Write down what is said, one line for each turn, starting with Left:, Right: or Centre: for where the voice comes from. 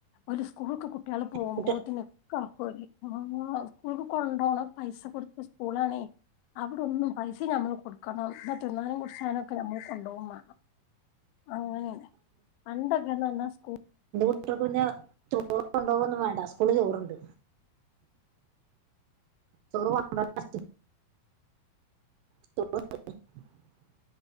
Left: ഓല് സ്കൂൾക്ക് കുട്ടിയാൾ പോമ്പോത്തിന്
Right: കുട്ടി
Left: ഒക്കാകും ഓല് ആ സ്കൂൾക്ക് കൊണ്ടോണം. പൈസ കൊടുത്ത സ്കൂളാണെ. അവിടൊന്നും പൈസ്സിം നമ്മൾ കൊടുക്കണം ന്നാ തിന്നാണേലും കുടിച്ചണെലും ഒക്കെ നമ്മൾ കൊണ്ടവുമാണം. അങ്ങനന്നെ പണ്ടൊക്കെന്നറഞ്ഞ സ്കൂ
Right: ട്ട്യാക്ക് പിന്നെ ചോർ കൊണ്ടാവൊന്നും മാണ്ട സ്കൂൾ ചോർണ്ട്. ചോറ് കൊണ്ട <unintelligible> <unintelligible>